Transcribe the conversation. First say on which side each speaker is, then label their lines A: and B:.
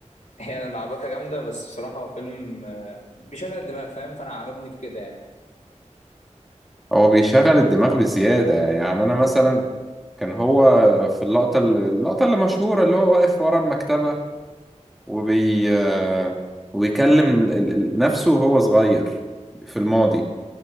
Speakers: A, on the left; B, in the centre.
A: هي لعبكة جامدة بس بصراحة هو فيلم آه، بيشغل الدماغ فاهم فأنا عجبني في كده يعني
B: هو بيشغل الدماغ بزيادة يعني أنا مثلا كان هو في اللقطة اللقطة اللي مشهورة اللي هو واقف ورا المكتبة وبي آه، وبيكلم ال- ال- ال- نفسه وهو صغير في الماضي